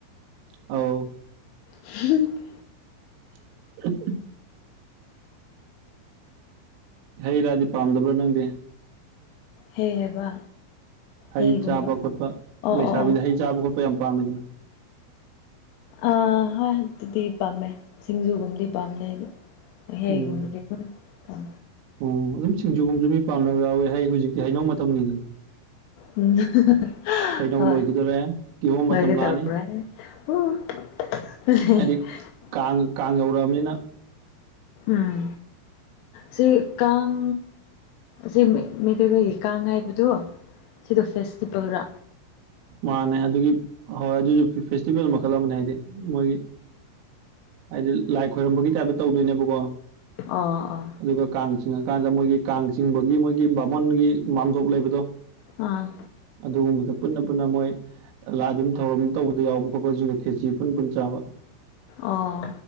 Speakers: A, on the right (about 80°); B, on the left (about 80°).
A: ꯑꯧ
B: <unintelligible>
A: <unintelligible> ꯍꯩ ꯔꯥꯗꯤ ꯄꯥꯝꯗꯕ꯭ꯔꯥ ꯅꯪꯗꯤ
B: ꯍꯩ ꯍꯥꯏꯕ
A: ꯍꯩ
B: ꯍꯩꯒꯨꯝꯕ
A: ꯆꯥꯕ ꯈꯣꯠꯄ
B: ꯑꯣ
A: ꯂꯩꯁꯥꯕꯤꯗꯤ
B: ꯑꯣ ꯑꯣ
A: ꯍꯩ ꯆꯥꯕ ꯈꯣꯠꯄ ꯌꯥꯝ ꯄꯥꯝꯃꯤꯗꯅ
B: ꯑꯥ ꯍꯣꯏ ꯗꯨꯗꯤ ꯄꯥꯝꯃꯦ ꯁꯤꯡꯖꯨꯒꯨꯝꯕꯗꯤ ꯄꯥꯝꯗꯦ ꯑꯩꯗꯤ ꯍꯩꯒꯨꯝꯕꯗꯤ
A: ꯎꯝ
B: <unintelligible>
A: ꯑꯣ ꯑꯗꯨꯝ ꯁꯤꯡꯖꯨꯒꯨꯝꯁꯨ ꯃꯤ ꯄꯥꯝꯅꯕ ꯌꯥꯎꯋꯦ ꯍꯥꯏ ꯍꯧꯖꯤꯛꯇꯤ ꯍꯩꯅꯧ ꯃꯇꯝꯅꯤꯗꯅ
B: ꯎꯝ <unintelligible>
A: ꯍꯩꯅꯧ
B: ꯍꯣꯏ
A: ꯂꯣꯏꯈꯤꯗꯣꯔꯦ ꯀꯤꯍꯣꯝ
B: ꯂꯣꯏꯒꯦ
A: ꯃꯇꯝ ꯂꯥꯛꯑꯅꯤ
B: ꯇꯧꯔꯦ <unintelligible>
A: ꯍꯥꯏꯗꯤ ꯀꯥꯡ ꯀꯥꯡ ꯌꯧꯔꯛꯑꯕꯅꯤꯅ
B: ꯎꯝ ꯁꯤ ꯀꯥꯡ ꯁꯤ ꯃꯤꯇꯩꯈꯣꯏꯒꯤ ꯀꯥꯡ ꯍꯥꯏꯕꯗꯨ ꯁꯤꯗ ꯐꯦꯁ- ꯇꯤꯚꯦꯜ ꯔꯥ
A: ꯃꯥꯅꯩ ꯑꯗꯨꯒꯤ ꯍꯣꯏ ꯑꯗꯨꯁꯨ ꯐꯦꯁꯇꯤꯚꯦꯜ ꯃꯈꯜ ꯑꯃꯅꯦ ꯍꯥꯏꯗꯤ ꯃꯣꯏꯒꯤ ꯍꯥꯏꯗꯤ ꯂꯥꯏ ꯈꯣꯏꯔꯝꯕꯒꯤ ꯇꯥꯏꯞꯇ ꯇꯧꯗꯣꯏꯅꯦꯕꯀꯣ
B: ꯑꯥ ꯑꯥ
A: ꯑꯗꯨꯒ ꯀꯥꯡ ꯆꯤꯡꯉꯀꯥꯟꯗ ꯃꯣꯏꯒꯤ ꯀꯥꯡ ꯆꯤꯡꯕꯒꯤ ꯃꯣꯏꯒꯤ ꯕꯥꯃꯣꯟꯒꯤ ꯃꯥꯝꯗꯣꯞ ꯂꯩꯕꯗꯣ
B: ꯑꯥ
A: ꯑꯗꯨꯒꯨꯝꯕꯗ ꯄꯨꯟꯅ ꯄꯨꯟꯅ ꯃꯣꯏ ꯂꯥꯗꯨꯝ ꯊꯧꯔꯝ ꯇꯧꯕꯗ ꯌꯥꯎꯕ ꯈꯣꯠꯄꯁꯤꯡꯗ ꯈꯦꯆꯤ ꯄꯨꯟ ꯄꯨꯟ ꯆꯥꯕ
B: ꯑꯣ